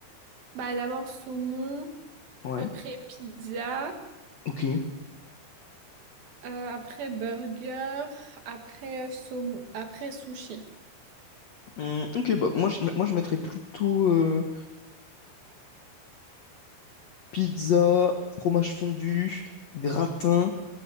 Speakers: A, on the right; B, on the left.
A: Bah, d'abord saumon,
B: Ouais,
A: après pizza,
B: ok.
A: euh, après burger, après euh, saumon, après sushi.
B: Hum, ok, bah moi je, moi, je mettrais plutôt euh, pizza, fromage fondu, gratin,